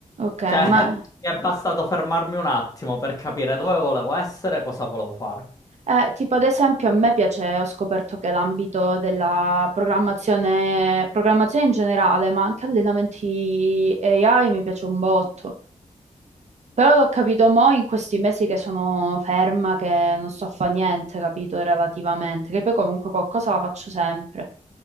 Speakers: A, on the right; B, on the left.
A: ok,
B: Cioè, <laughs>
A: ma
B: mi è bastato fermarmi un attimo per capire dove volevo essere e cosa volevo fare.
A: eh, tipo ad esempio a me piace, ho scoperto che l'ambito della programmazione, programmazione in generale, ma anche allenamenti AI mi piace un botto. Però l'ho capito mo in questi mesi che sono ferma, che non sto a fare niente, capito, relativamente, che poi comunque qualcosa la faccio sempre.